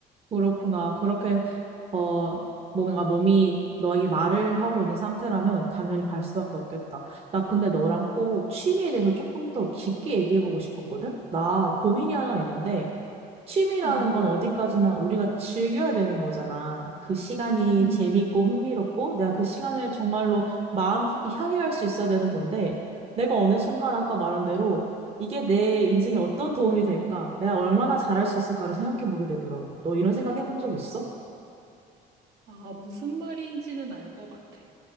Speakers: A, on the right; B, on the right.
A: 그렇구나. 그렇게 어, 뭐 뭔가 몸이 너에게 말을 하고 있는 상태라면 당연히 갈 수밖에 없겠다. 나 근데 너랑 꼭 취미에 대해서 조금 더 깊게 얘기해보고 싶었거든? 나 고민이 하나 있는데, 취미라는
B: 음,
A: 건 어디까지나 우리가 즐겨야 되는 거잖아. 그 시간이
B: 음.
A: 재밌고 흥미롭고, 내가 그 시간을 정말로 마음 깊이 향유할 수 있어야 되는 건데, 내가 어느 순간 아까 말한 대로 이게 내 인생에 어떤 도움이 될까? 내가 얼마나 잘할 수 있을까를 생각해보게 되더라고. 너 이런 생각 해본 적 있어?
B: 아, 무슨 말인지는 알 것 같아.